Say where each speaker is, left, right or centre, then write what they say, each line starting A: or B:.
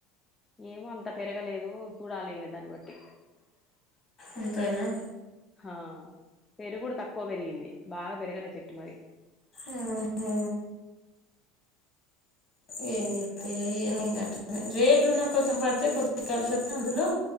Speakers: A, on the left; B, on the left.
A: ఏమో అంత పెరగలేదు చూడాలి ఇగ దాన్ని బట్టి
B: అంతేనా
A: ఆ పెరుగు కూడా తక్కువ పెరిగింది. బాగా పెరగల చెట్టు మరి.
B: ఆ ఆ ఏం చెతాయో ఏమో ఇంగట రేట్ నా కొంచెం బర్తే కొంచెం కలిసొత్తే అందులో